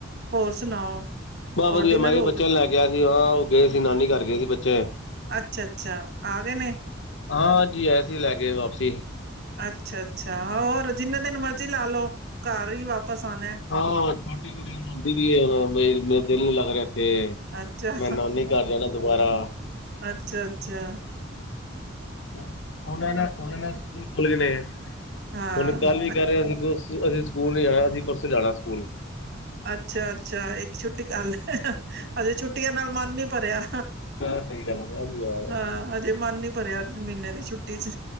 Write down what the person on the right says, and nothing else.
ਹੋਰ ਸੁਣਾਓ?
ਡਿਨਰ
ਹੋ
ਗਿਆ
ਅੱਛਾ-ਅੱਛਾ ਆ ਗਏ ਨੇ।
ਅੱਛਾ-ਅੱਛਾ, ਹੋਰ, ਜਿੰਨੇ ਦਿਨ ਮਰਜੀ ਲਾਲੋ ਘਰ ਹੀ ਵਾਪਿਸ ਆਨਾ ਏ।
ਅੱਛਾ
ਅੱਛਾ-ਅੱਛਾ।
ਹਾਂ
ਅੱਛਾ-ਅੱਛਾ, ਇੱਕ ਛੁੱਟੀ ਕਰਲੇ, ਹਜੇ ਛੁੱਟੀਆਂ ਨਾਲ ਮਨ ਨੀ ਭਰਿਆ।
ਹਾਂ ਹਜੇ ਮਨ ਨੀ ਭਰਿਆ, ਮਹੀਨੇ ਦੀ ਛੁੱਟੀ'ਚ।